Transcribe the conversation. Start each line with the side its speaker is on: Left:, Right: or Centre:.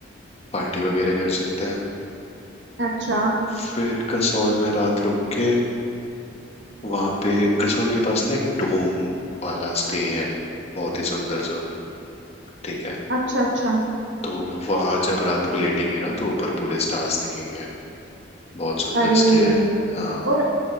Left: पार्टी वगैरह कर सकते हैं
Right: अच्छा
Left: फिर कसौल में रात रुक के वहां पे कसौल के पास ना एक डोम वाला स्टे है बहुत ही सुंदर सा ठीक है
Right: अच्छा अच्छा
Left: तो वहां जब रात को लेटेंगे ना तो ऊपर पूरे स्टार्स दिखेंगे बहुत सुंदर
Right: अरे
Left: स्टे है हाँ
Right: और